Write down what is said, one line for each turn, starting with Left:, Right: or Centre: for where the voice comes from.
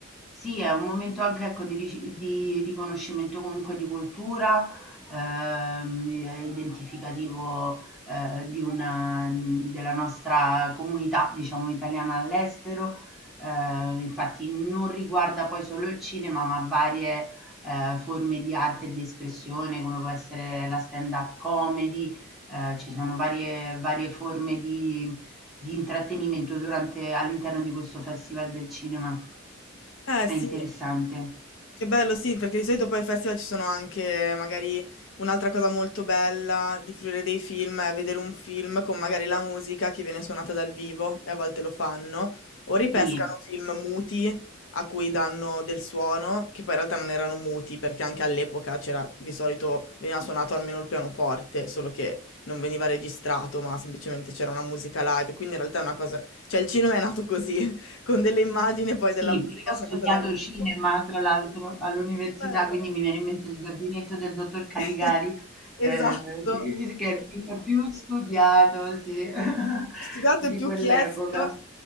Centre: Sì, è un momento anche, ecco, di rici di riconoscimento comunque di cultura, ehm, è identificativo, ehm, di una mhmm, della nostra comunità, diciamo, italiana all'estero. Ehm, infatti non riguarda poi solo il cinema, ma varie, ehm, forme di arte e di espressione, come può essere la stand-up comedy, ehm, ci sono varie varie forme di di intrattenimento durante all'interno di questo Festival del cinema.
Left: Eh
Centre: È
Left: sì.
Centre: interessante.
Left: Che bello, sì, perché di solito poi ai festival ci sono anche magari un'altra cosa molto bella di fruire dei film è vedere un film con magari la musica che viene suonata dal vivo e a volte lo fanno, o ripescano
Centre: Sì,
Left: film muti a cui danno del suono, che poi in realtà non erano muti perché anche all'epoca c'era di solito veniva suonato almeno il pianoforte, solo che non veniva registrato, ma semplicemente c'era una musica live, quindi in realtà è una cosa, cioè il cinema è nato così, <laughs> con delle immagini e poi
Centre: sì,
Left: della musica
Centre: io ho
Left: suonata
Centre: studiato
Left: dal vivo.
Centre: cinema, tra l'altro, all'università,
Left: Che bello.
Centre: quindi mi viene in mente il gabinetto del dottor Caligari,
Left: <laughs> Esatto.
Centre: eh, che è il film più studiato, sì, <laughs>
Left: Studiate
Centre: di
Left: più
Centre: quell'epoca.
Left: chiesto.